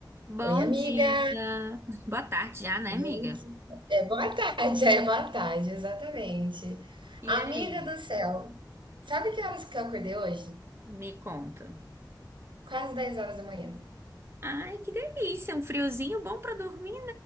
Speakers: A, on the right; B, on the right.
A: Bom
B: Oi, amiga!
A: dia. Boa tarde já, né,
B: Gente,
A: amiga?
B: É boa tarde, é boa tarde, exatamente.
A: E
B: Amiga
A: aí?
B: do céu, sabe que horas que eu acordei hoje?
A: Me conta.
B: Quase 10 horas da manhã.
A: Ai, que delícia, um friozinho bom pra dormir.